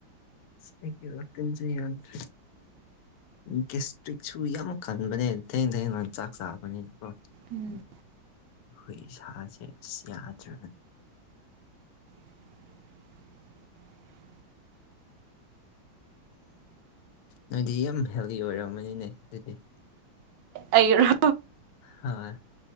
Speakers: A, on the left (about 80°); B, on the right (about 70°).
A: ꯏꯁꯇꯤꯟꯖꯟꯗ ꯌꯥꯗꯔꯦ ꯀꯤꯁꯇ꯭ꯔꯤꯛꯁꯨ ꯌꯥꯝ ꯀꯟꯕꯅꯦ ꯊꯦꯡꯅ ꯊꯦꯡꯅ ꯆꯥꯛ ꯆꯥꯕꯅꯤꯅꯀꯣ
B: ꯎꯝ
A: ꯍꯣꯏ ꯁꯖꯦꯁꯤ ꯌꯥꯗ꯭ꯔꯒꯅꯤ
B: <unintelligible>
A: ꯅꯣꯏꯗꯤ ꯌꯥꯝ ꯍꯦꯜꯗꯤ ꯑꯣꯏꯔꯝꯃꯅꯤꯅꯦ ꯑꯗꯨꯗꯤ
B: ꯑꯩꯔ
A: ꯍꯣꯏ